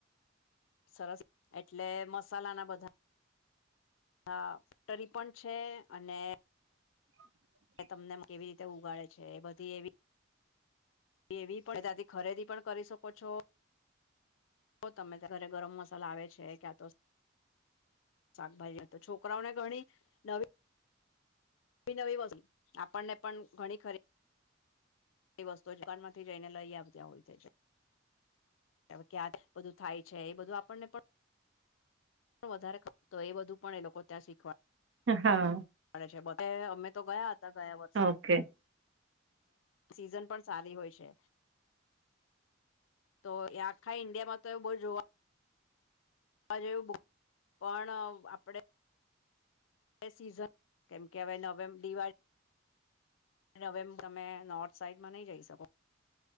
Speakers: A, on the left; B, on the right.
A: સરસ, એટલે મસાલા ના બધા- હા <unintelligible> પણ છે અને-
B: <unintelligible>
A: કે, તમને કેવી રીતે ઉગાડે છે, એ બધી એવી- એવી પણ, ત્યાથી ખરેદી પણ કરી શકો છો. તો, તમે ઘરે ગરમ મસાલા આવે છે ક્યાં તો- શાકભાાજી તો છોકરાઓને ઘણી નવી- નવી નવી વસ્તુ, આપણને પણ ઘણી ખરી- -એ વસ્તુઓ દુકાનમાંથી જઈને લઈ આવતા હોય છે <unintelligible> હવે <unintelligible> આ બધું થાય છે. એ બધું આપણને પણ- પણ વધારે <unintelligible> એ બધું પણ એ લોકો ત્યાં શીખવા-
B: હા
A: પડે છે, બ અમે તો ગયા હતા ગયા વર-
B: ઓકે.
A: સીઝન પણ સારી હોય છે. તો, એ આખા ઇન્ડિયા માં તો બહુ જોવા- <unintelligible> <unintelligible> પણ આપડે. સીઝન કેમ કે, <unintelligible> હવે નવેમ્બર દિવાળી... નવેમ્બર મે, નોર્થ સાઈડમાં નહી જઈ શકો.